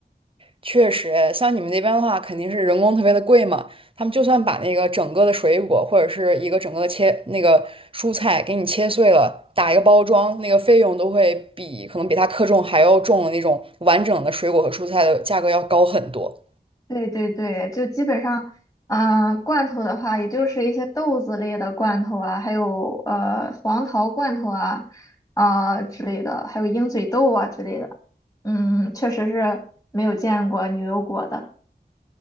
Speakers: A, on the right; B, on the left.
A: 确实，哎像你们那边的话，肯定是人工特别的贵嘛。他们就算把那个整个的水果或者是一个整个的切那个蔬菜给你切碎了，打一个包装，那个费用都会比可能比它克重还要重的那种完整的水果和蔬菜的价格要高很多。
B: 对对对，就基本上，嗯、罐头的话，也就是一些豆子类的罐头啊，还有呃黄桃罐头啊，啊、之类的，还有鹰嘴豆啊之类的。嗯，确实是没有见过牛油果的。